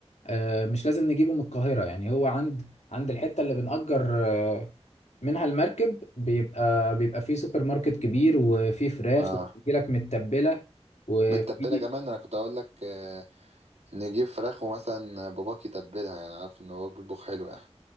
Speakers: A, on the left; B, on the right.
A: آه، مش لازم نجيبه من القاهرة يعني هو عند عند الحتة اللي بنأجر آه، منها المركب بيبقى بيبقى فيه سوبر ماركت كبير وفيه فراخ
B: اه
A: وبتجيلك متبلة وفي
B: متبلة كمان انا كنت اقول لك آه، نجيب فراخ ومثلا باباك يتبلها يعني عارف ان باباك بيطبخ حلو يعني